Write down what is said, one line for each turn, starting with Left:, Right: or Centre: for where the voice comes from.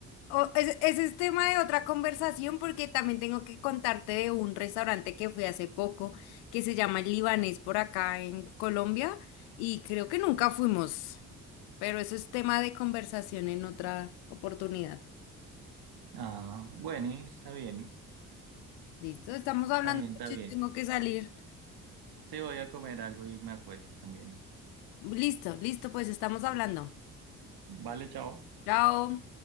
Left: Oh, ese, ese es tema de otra conversación porque también tengo que contarte de un restaurante que fui hace poco que se llama El Libanés por acá en Colombia y creo que nunca fuimos, pero eso es tema de conversación en otra oportunidad.
Right: Ah, bueno, está bien,
Left: Listo, estamos hablando,
Right: está bien,
Left: mucho
Right: está bien.
Left: y tengo que salir.
Right: Sí, voy a comer algo y me acuesto también.
Left: Listo, listo, pues estamos hablando.
Right: Vale, chao.
Left: Chao.